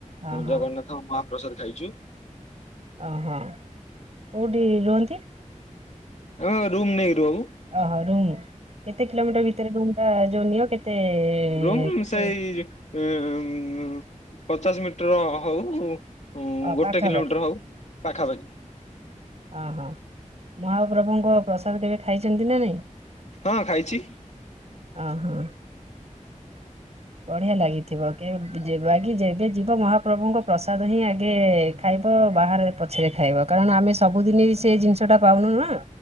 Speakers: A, on the right; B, on the left.
A: ଓହୋ
B: ଜଗନ୍ନାଥ ମହାପ୍ରସାଦ ଖାଇଚୁ।
A: ଓହୋ। କେଉଁଠି ରୁହନ୍ତି?
B: ହଁ ରୁମ ନେଇ ରୁଅଉ।
A: ଓହୋ ରୁମ୍ କେତେ କିଲୋମିଟର ଭିତରେ ରୁମ୍ ଟା ଯୋଉ ନିଅ କେତେ
B: ରୁ
A: କେତେ
B: ସେଇ ଇଇଇ ଏଏ ଉମମ ପଚାଶ ମିଟର ହଉ ହଁ
A: ଅ
B: ଗୋଟେ
A: ପାଖାପାଖି
B: କିଲୋମିଟର ହଉ ପାଖାପାଖି।
A: ଅ ହଁ ମହାପ୍ରଭୁଙ୍କ ପ୍ରସାଦ କେବେ ଖାଇଚନ୍ତି ନା ନାଇଁ?
B: ହଁ ଖାଇଚି।
A: ଓହୋ। ବଢ଼ିଆ ଲାଗିଥିବ କି ଆଗେ ଯେବେ ଯିବ ମହାପ୍ରଭୁଙ୍କ ପ୍ରସାଦ ହିଁ ଆଗେ ଖାଇବ ବାହାରେ ପଛରେ ଖାଇବ କାରଣ ଆମେ ସବୁଦିନ ସେ ଜିନିଷଟା ପାଉନୁ ନା।